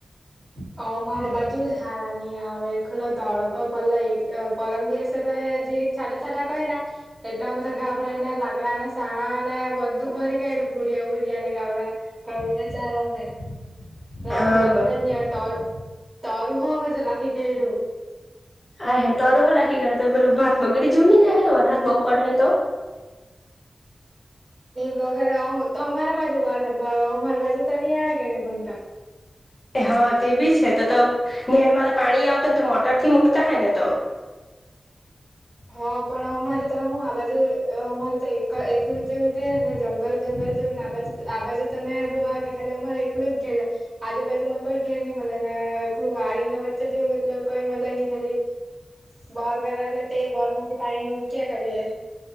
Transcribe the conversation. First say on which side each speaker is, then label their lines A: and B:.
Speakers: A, on the right; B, on the left.
A: અ મારે બાજુ જ હારાની આવે ખલો તડકો પલો એક પરમ દિવસ છાટા છાટા ક્યા એટલે અમેધ ગાભરા ને લાકડાને સાણા ને બધું બરી ક પુરયા પુરીયાને ગડા ગડ ચારને વદ
B: હા બર
A: તરું હ લખી કેડું
B: હા હ તોરોહો લખી ગયાે તો પેલું ભાત વગેરે જો નની જાયર હાથ બહઉ પડે તો
A: બગડ તો અમારા બાજુ બ અમારી બાજુ તો નહી આવે કે નહી પણ
B: હા તે બી છે તો તો નેર માં તો પાણી આવત હોય તો મોટર થી મુકતા હોય ને તો
A: હા પણ અમારે તો હું આ બાજુ અમારે તો એક એલું જ જેવું કે ને જંગલ જંગલ ને આ બાજુ તમેને બો ખાલી અમારે એકલું જ ઘેર આજુબજુમાં કોઈ ઘેર નહી મળે ને એકલું વાડી ને વચ્ચે જેવું એટલે મજા ખાલી બોર કરાવે તે બોર માંથી પાણી મૂ ક્યા કરીએ